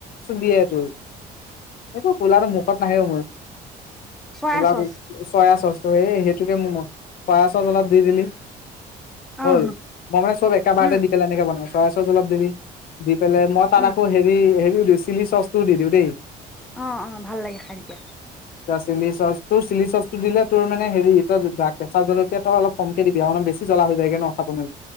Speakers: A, on the left; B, in the centre.
A: দিয়ে তোৰ এইটো কোলাটো মুখত নাহেও মোৰ কলা
B: চয়া চচ
A: কুকু চয়া চ ত এই সেইটোকে মম পায় চাচ অলপ দি দিলি হ'ল
B: অহ
A: মই মানে সব এককা বাৰ
B: উম
A: দি পালে এনেকে বনাই চয়া চছ জলপ দিবি পলে মই তাত
B: উম
A: আকৌ হেৰি হেৰি চিলি চচটোও দি দিওঁ দেই
B: অ অ ভাল লাগে খাই তেতিয়া
A: এ চিলি চচ তোৰ চিলি চচ টো দিলে তোৰ মানে হেৰি এইটো কেঁচা দ্ভলকীয়াাতটো অলপ কমকে দিবি আৰু অলপ বেছি জ্বলা যায়গে ন খাবলৈ